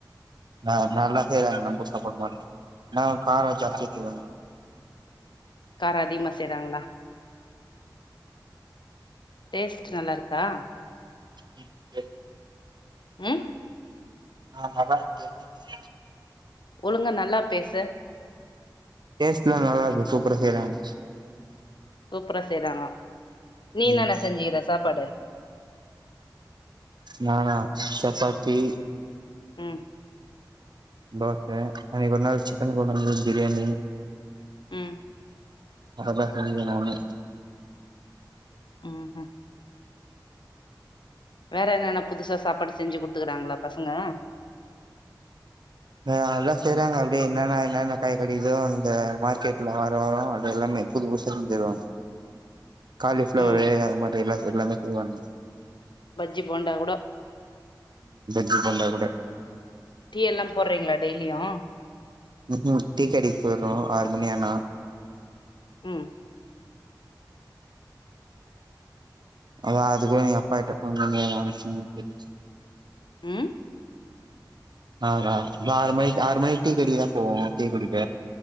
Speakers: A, on the right; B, on the left.
A: ஆஹ் நல்லா செய்றாங்க நம்ம சப்போர்ட் பண்ணும் நான் கார ஜாஸ்தியா <unintelligible>
B: கார் அதிமா செய்றாங்களா டேஸ்ட் நல்லா இருக்கா
A: ம் <unintelligible>
B: ம்
A: ஆஹ் நல்லா <unintelligible>
B: ஒழுங்க நல்லா பேசு
A: டேஸ்ட்லா நல்லா இருக்கு சூப்பரா செய்றாங்க
B: சூப்பரா செய்றாங்க நீ
A: ம்
B: நா நா செஞ்சுக்கிறே சாப்பாடு
A: நானா சப்பாத்தி
B: உம்
A: தேச அன்னிக்கு ஒரு நாள் சிக்கன் கொழம்பு பிரியாணி
B: உம்
A: அதெல்லா <unintelligible>
B: உம் உஹம் வேற என்னென்னா புதுசா சாப்பாடு செஞ்சி குடுத்துக்கறாங்களா பசங்க
A: ஹ் அதெல்லா செய்றாங்க அப்படியே என்னென்னா என்னென்னா காய் கடிக்கிதோ அந்தந்த மார்க்கெட்ல வாரோ வரோவ அப்டியே எல்லாமே புது புசா செஞ்சிருவங்க காலிஃப்ளவர்ரு
B: ம்
A: அது மாரில்லா எல்லாமே செய்வானுங்
B: பஜ்ஜி போண்டா கூட
A: டிப்ரென்டா கூட
B: டீ எல்லா போட்றீங்களா டெய்லியு
A: ம் டீக்கடைக்க போய்டுறோம் ஆறு மணியானா
B: உம்
A: அத்த அது கூட அப்பா கிட்ட ஃபோன் பண்ணி கேட்டு
B: ம்
A: ஆஹ் நாங்லா இதை ஆறு மணிக் ஆறு மணிக்கு டீக்கடைக்குதா போவோ டீக்குடிக்க